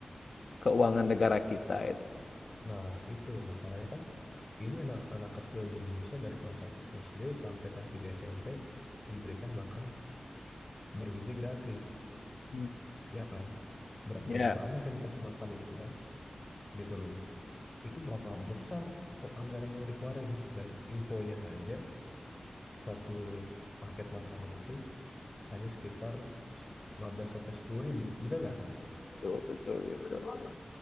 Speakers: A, on the left; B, on the left.
A: keuangan negara kita itu.
B: Nah, itu masalahnya kan ini anak anak kecil di Indonesia dari kelas 1 SD sampai kelas 3 SMP diberikan makan bergizi gratis,
A: Hmm.
B: ya kan? Berapa
A: Ya,
B: juta anak yang dikasih makan itu kan? Gitu loh. Itu berapa besar kok anggaran yang dikeluarin dan infonya saja satu paket makanan itu hanya sekitar 15 sampai 10 ribu. Benar nggak kan?
A: betul betul ya betul.